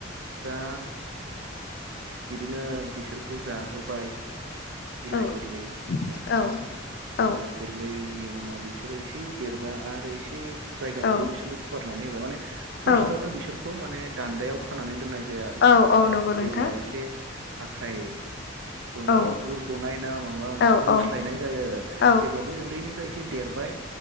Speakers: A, on the right (about 75°); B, on the left (about 55°).
A: दा बिदिनो, बिसोरखौ जाहोबाय बिलाइ
B: औ
A: गोरलै जाहोबाय।
B: औ औ
A: बिलाइ गोरलैनि उनाव, बिसोरो एसे देरबा आरो एसे जायगाखौबो
B: औ
A: बिसोरनो फुवारनानै होबाय। माने फार्स्टआवनो
B: औ
A: बिसोरखौ माने दान्दायाव खानानै दोननाय जाया आरो
B: औ औ नंगौ नोंथां
A: जेब्ला एसे आखाइ
B: औ
A: मा गुरग'नाय ना माबा, मोनसे
B: औ औ
A: गुस्लायनाय जायो।
B: औ
A: जेब्ला बै उन्दैनिफ्राय एसे देरबाय।